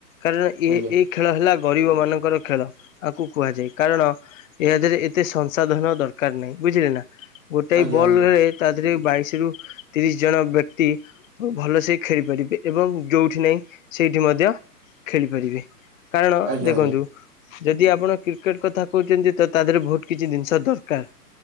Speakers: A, on the left; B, on the right.
A: କାରଣ
B: ଆଜ୍ଞା
A: ଏ ଏଇ ଖେଳ ହେଲା ଗରିବ ମାନଙ୍କର ଖେଳ। ଆକୁ କୁହାଯାଏ କାରଣ ଏହା ଧେରେ ଏତେ ସଂସଧନ ଦରକାର୍ କାର ନାହିଁ ବୁଝିଲେ ନାଁ? ଗୋଟାଏ
B: ଆଜ୍ଞା
A: ବଲ୍ ରେ ତା ଧେରେ ବାଇଶ ରୁ ତିରିଶ ଜଣ ବ୍ୟକ୍ତି ଭଲସେ ହିଁ ଖେଳିପାରିବେ ଏବଂ ଯୋଉଠି ନାହିଁ ସେଇଠି ମଧ୍ୟ ଖେଳିପାରିବେ। କାରଣ
B: ଆଜ୍ଞା ଆଜ୍ଞା ଆଜ୍ଞା ଆଜ୍ଞା
A: ଦେଖନ୍ତୁ।
B: ଆଜ୍ଞା ଆଜ୍ଞା ଆଜ୍ଞା
A: ଯଦି ଆପଣ କ୍ରିକେଟ କଥା କୋହୁଚନ୍ତି ତ ତା ଦେହେରେ ବୋହୁତ କିଛି ଜିନିଷ ଦରକାର।